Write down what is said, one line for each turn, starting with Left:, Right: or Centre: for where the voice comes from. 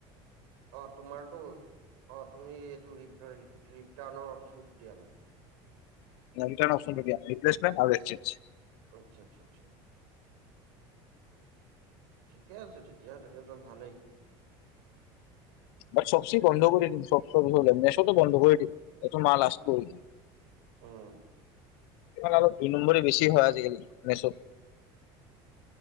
Right: অ' তোমাৰতো অ' তুমি এইটো ৰি ৰিটাৰ্ণৰ অপচনটো দিয়া নাই।
Left: দুটা অপশন থাকে দিয়া ৰৰিপ্লেচমণ্ট আৰু একসচেঞজ
Right: আচ্ছা-আচ্ছা-আচ্ছা। ঠিকে আছে তেতিয়া তেতিয়াটো ভালেই
Left: বাত চবচে বন্ধ কৰি দিম চবচৈ হ'ল নেচোতো বন্ধ কৰি দিম এটো মাল আছে।
Right: উম,
Left: আ দুই নম্বৰে বেছি হয় আজিকালি মেচত।